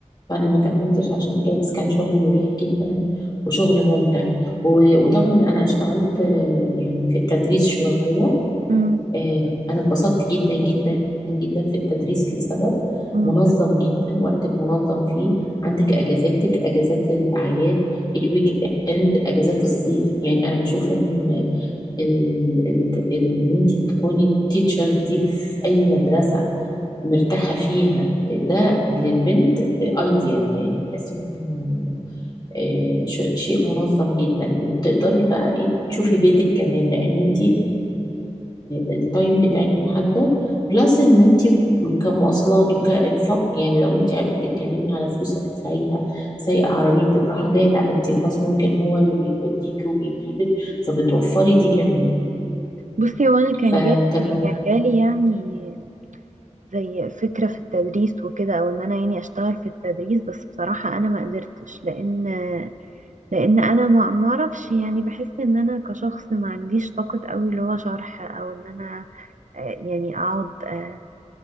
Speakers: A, on the left; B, on the right.
A: فانا ما كملتش عشان كده بس كان شغل مريح جدا وشغل ممتع و- وطبعا انا اشتغلت آه، يعني في التدريس شويه
B: مم.
A: آه، انا اتبسطت جدا جدا جدا في التدريس لسبب
B: مم.
A: منظم جدا وقتك منظم فيه عندك اجازاتك اجازات الاعياد الويك اند اجازات الصيف يعني انا بشوف ان ال- ال- ال- ان انت تكوني التيتشرز دي في اي مدرسة مرتاحة فيها ده للبنت ايديال يعني بحس انه آه، ش- شيء منظم جدا وبتقدري بقى ايه تشوفي بيتك كمان لان انت التايم بتاعك محدد بلس ان انت كمواصلات وكإنفاق يعني لو انت بتتكلمي على فلوس هتدفعيها سايقة عربيتك رايحة جاية لا انت الباص ممكن هو اللي بيوديكي وبيجيبك فبتوفري دي كمان
B: بصي وانا كان
A: فكانت
B: جالي كان جالي يعني زي فكرة في التدريس وكده او ان انا يعني اشتغل في التدريس بس بصراحة انا ما قدرتش لان لان انا ما ما اعرفش يعني بحس ان انا كشخص ما عنديش طاقة قوي اللي هو شرح او ان انا آه، يعني اقعد آه،